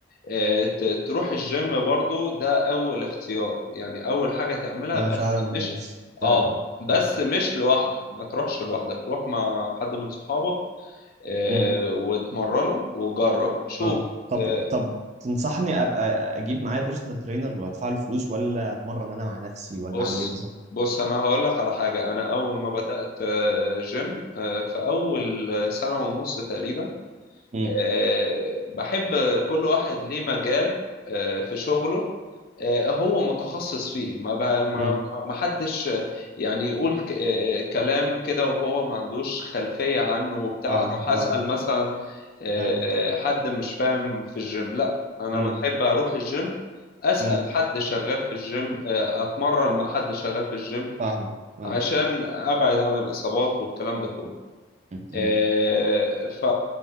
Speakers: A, on the left; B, on the right.
A: آه، ت- تروح الجيم برضو ده اول اختيار يعني اول حاجه تعملها
B: انا
A: بس
B: فعلا نفسي
A: مش اه
B: ارجع
A: بس
B: اه
A: مش لوحدك ما تروحش لوحدك تروح مع حد من صحابك آه،
B: امم
A: واتمرنه وجرب شوف
B: اه طب
A: آه،
B: طب تنصحني ابقى اجيب معايا بيرسونال ترينر وادفع له فلوس ولا اتمرن انا مع نفسي ولا
A: بص
B: اعمل ايه بالظبط
A: بص انا هقول لك على حاجه انا اول ما بدات آه، جيم آه، في اول سنه ونص تقريبا
B: امم
A: آه، بحب كل واحد ليه مجال آه، في شغله آه، هو متخصص فيه ما بقى ما
B: امم
A: ما حدش آه، يعني يقول ك- آه، آه، كلام كده وهو ما عندوش خلفية عنه وبتاع
B: اه
A: اروح
B: اه
A: اسأل مثلا آه،
B: ايوه
A: آه، حد مش فاهم في الجيم لا انا
B: امم
A: بحب اروح الجيم اسأل
B: امم
A: حد شغال في الجيم آه، اتمرن مع حد شغال في الجيم
B: فاهمك اه
A: عشان ابعد عن الاصابات والكلام ده كله
B: أمم، أمم.
A: آه، ف